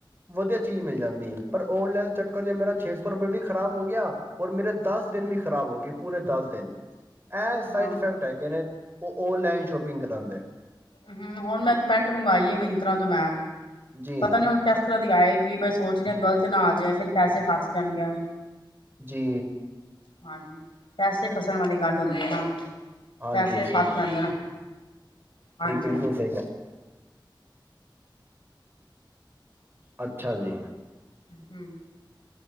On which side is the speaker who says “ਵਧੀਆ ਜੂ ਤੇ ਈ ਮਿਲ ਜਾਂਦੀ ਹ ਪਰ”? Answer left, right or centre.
Right